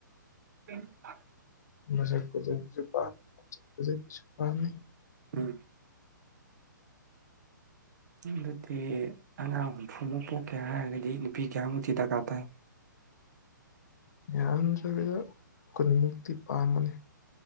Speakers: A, on the right; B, on the left.
A: ꯎ <inaudible>
B: ꯃꯁꯛ ꯐꯖꯕꯤꯁꯨ ꯄꯥꯝꯃꯤ ꯃꯁꯛ ꯐꯖꯕꯤꯁꯨ ꯄꯥꯃꯦ
A: ꯎꯝ ꯑꯗꯨꯗꯤ ꯑꯉꯥꯡ ꯍꯨꯝꯐꯨꯃꯨꯛ ꯄꯣꯛꯀꯦ ꯍꯥꯏꯔꯒꯗꯤ ꯅꯨꯄꯤ ꯀꯌꯥꯃꯨꯛꯇꯤ ꯗꯔꯀꯥꯔ ꯇꯥꯏ
B: ꯌꯥꯝꯗꯔꯥꯕꯤꯗ ꯀꯨꯟꯃꯨꯛꯇꯤ ꯄꯥꯝꯕꯅꯤ